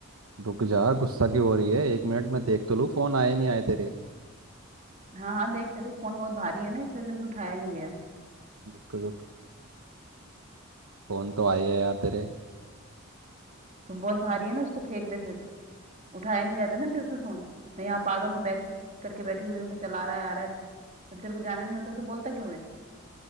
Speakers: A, on the right; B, on the right.
A: रुक जा गुस्सा क्यों हो रही है एक मिनट मैं देख तो लूँ फोन आए नहीं आए तेरे
B: हाँ हाँ देख ले तू फोन बहुत भारी है ना इसलिए तेरे से उठाया नहीं गया
A: रुक रुक फोन तो आए है यार तेरे
B: तो बहुत भारी है ना उसको फेंक दे फिर उठाया नहीं जाता ना तेरे से फोन मैं यहाँ पागल हूँ बैग करके बैठी हुई हूँ कि चला रहा है आ रहा है जब तेरे को जाना नहीं होता तो बोलता क्यों है